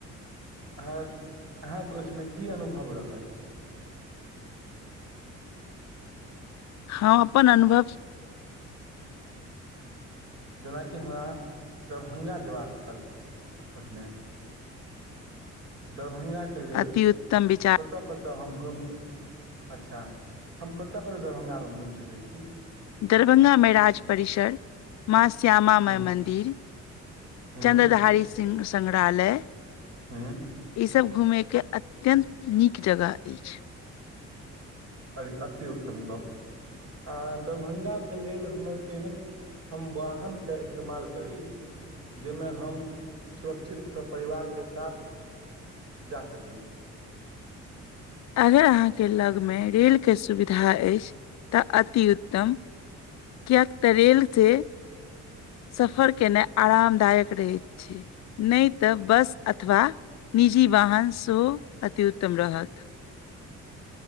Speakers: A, on the right (about 55°); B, on the left (about 65°).
A: अह अहाँके ओहिसमे की अनुभव रहल
B: हम अपन अनुभव
A: जेनाकि हमरा दरभंगा जेबाक छल पहिने दरभंगाक के लेल
B: अति उत्तम विचार
A: कतऽ कत तऽ हम घुमि कऽ अच्छा हम कतऽ कतऽ दरभङ्गामे घुमि सकै छी
B: दरभंगामे राज परिसर माँ श्यामा
A: हूँ
B: माई मन्दिर
A: हूँ
B: चन्द्रधारी सिंह संग्रहालय
A: हँ
B: ई सब घूमे के अत्यंत नीक जगह अछि
A: अरे अति उत्तम गप्प आ दरभंगाके लेल हमर केहन हम वाहन के इस्तेमाल करी जाहिमे हम सुरक्षित सब परिवारके साथ जा सकी <inaudible>
B: अगर अहाँके लगमे रेलके सुविधा अछि तऽ अति उत्तम कियेक तऽ रेल से सफर केनाइ आरामदायक रहैत छै। नय तऽ बस अथवा निजी वाहन सेहो अति्उत्तम रहत